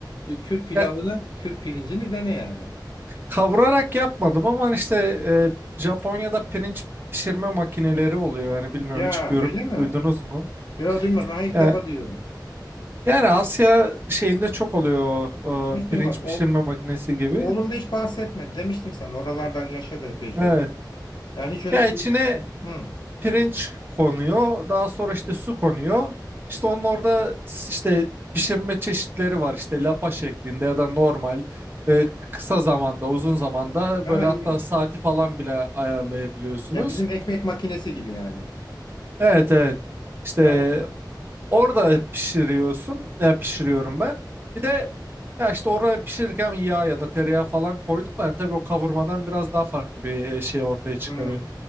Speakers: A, on the left; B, on the right.
A: Bir Türk pilavını,
B: Ya
A: Türk pirincini dene yani.
B: kavurarak yapmadım ama hani işte e, Japonya'da pirinç pişirme makineleri oluyor. Yani bilmiyorum
A: Ya
B: hiç görüp
A: öyle mi?
B: duydunuz mu?
A: Böyle duymadım. Ha, ilk
B: Ya,
A: defa duyuyorum.
B: yani Asya şeyinde çok oluyor
A: Hiç
B: e, pirinç
A: duymadım. O,
B: pişirme makinesi gibi.
A: oğlum da hiç bahsetmedi. Demiştim sana. Oralarda yaşadı epeyce
B: Evet.
A: o da. Yani hiç öyle...
B: Ya içine
A: Hı hı.
B: pirinç konuyor. Daha sonra işte su konuyor. İşte onun orada s- işte pişirme çeşitleri var. İşte lapa şeklinde ya da normal e, kısa zamanda, uzun zamanda
A: Ha,
B: böyle hatta
A: ilginç.
B: saati falan bile ayarlayabiliyorsunuz.
A: Ya bizim ekmek makinesi gibi yani.
B: Evet evet. İşte
A: Ha?
B: orada pişiriyorsun. Ya pişiriyorum ben. Bir de ya işte oraya pişirirken yağ ya da tereyağı falan koydum. Ben tabii o kavurmadan biraz daha farklı bir e, şey ortaya çıkarıyor.
A: Hmm.